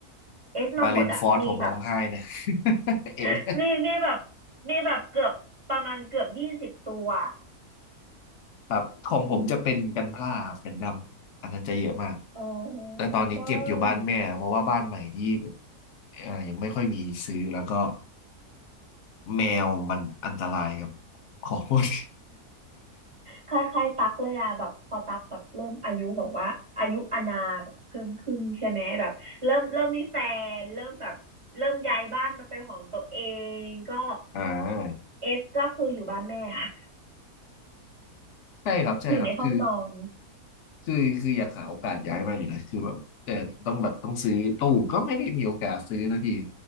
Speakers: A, on the right (about 20°); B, on the left (about 60°).
A: เอสมาหมดอะมีแบบ
B: มารินฟอร์ดผมร้องไห้นะ <laughs> เอ็น
A: <laughs> มีมีแบบมีแบบเกือบประมาณเกือบยี่สิบตัว
B: ครับของผมจะเป็นกันพร่าครับันดำอันนั้นจะเยอะมาก
A: อ๋อ
B: แต่ตอนนี้เก็บอยู่บ้านแม่เพราะว่าบ้านใหม่ที่
A: กันดอน
B: เอ่อยังไม่ค่อยมีซื้อแล้วก็แมวมันอันตรายกับของหมด
A: คล้ายคล้ายๆตักเลยอะแบบพอตักแบบเริ่มอายุแบบว่าอายุอานาแบบเพิ่มขึ้นใช่ไหมแบบเริ่มเริ่มมีแฟนเริ่มแบบเริ่มย้ายบ้านมาเป็นของตัวเองก็
B: <laughs> อ่า
A: เอสก็คืออยู่บ้านแม่ค่ะ
B: ใช่ครับใช่ครับคือ
A: อยู่ในห้องนอน
B: คือคืออยากหาโอกาสย้ายมาอยู่นะคือแบบแต่ต้องแบบต้องซื้อตู้ก็ไม่ได้มีโอกาสซื้อแล้วที